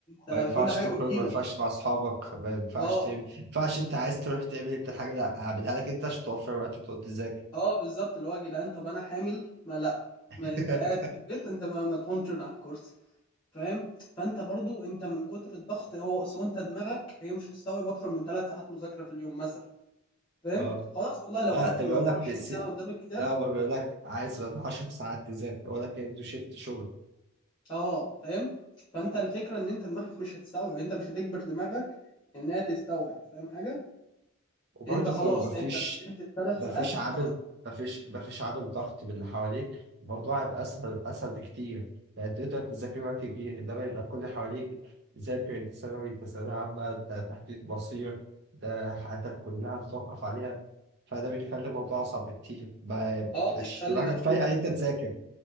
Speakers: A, on the right; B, on the left.
A: ما
B: آه
A: ينفعش
B: كل حاجة
A: تخرج
B: بتجيلك
A: ما ينفعش مع اصحابك ما ينفعش
B: اه
A: تعمل ما ينفعش انت عايز تروح تعمل انت حاجه لا هعملها لك انت عشان توفر وقت وتقعد تذاكر
B: اه بالظبط اللي هو يا جدعان طب انا حامل ما لا
A: <laughs>
B: ما انت قاعد في البيت انت ما, ما تقومش من على الكرسي فاهم فانت برضو انت من كتر الضغط هو اصل انت دماغك هي مش هتستوعب اكتر من ثلاث ساعات مذاكره في اليوم مثلا فاهم
A: اه
B: خلاص والله لو
A: لا
B: قعدت
A: ده
B: ال
A: بيقول
B: 24
A: لك الس...
B: ساعه قدام الكتاب
A: لا هو بيقول لك عايز بعد 10 ساعات تذاكر ولا كأنه شيفت شغل
B: اه فاهم فانت الفكره ان انت دماغك مش هتستوعب انت مش هتجبر دماغك انها تستوعب فاهم حاجه
A: وبرضك
B: انت خلاص
A: لو مفيش
B: انت ذاكرت الثلاث
A: مفيش
B: ساعات
A: عامل
B: خلاص
A: مفيش مفيش عامل ضغط من اللي حواليك الموضوع هيبقى أسهل أسهل بكتير يعني تقدر تذاكر وقت كبير إنما يبقى كل اللي حواليك ذاكر أنت ثانوي أنت ثانوية عامة أنت تحديد مصير ده حياتك كلها بتوقف عليها فده بيخلي الموضوع أصعب بكتير ما بيبقاش
B: اه بيخلي
A: دماغك
B: نفسيتك
A: فايقة إن أنت تذاكر